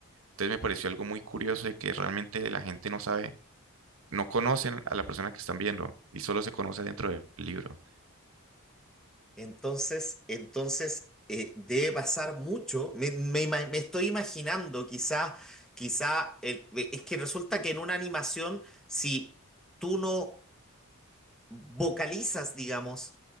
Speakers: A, on the right (about 70°); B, in the centre.
A: Entonces, me pareció algo muy curioso de que realmente la gente no sabe, no conocen a la persona que están viendo y solo se conoce dentro del libro.
B: Entonces, entonces eh, debe pasar mucho. Me, me ima- me estoy imaginando, quizás, quizá, quizá, eh, es que resulta que en una animación, si tú no vocalizas, digamos,